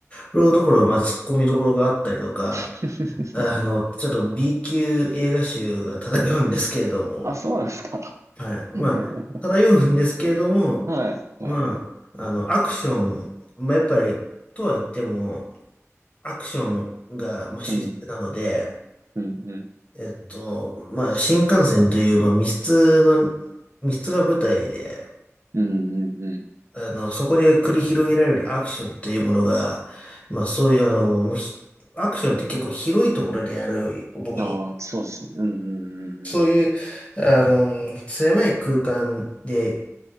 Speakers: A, on the left; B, on the right.
A: ろどころ、まあ、突っ込みどころがあったりとか、
B: <laughs>
A: あの、ちょっと B 級映画集が漂うんですけれども、
B: あ、そうなんですか。
A: はい。
B: <laughs>
A: まあ、漂うんですけれども、
B: はい、
A: まあ、
B: はい、はい。
A: あの、アクション、まあ、やっぱり、とは言っても、アクションが、まあ、主軸なので、
B: うん、うん、うん、
A: えっと、まあ、新幹線という、まあ、密室の、密室が舞台で、
B: うん、うん、うん。
A: あの、そこで繰り広げられるアクションというものが、まあ、そういう、あの、もうひアクションって結構広いところでやる、僕、
B: ああ、そうですね。うん、
A: そういう、
B: うん、
A: あの、狭い空間で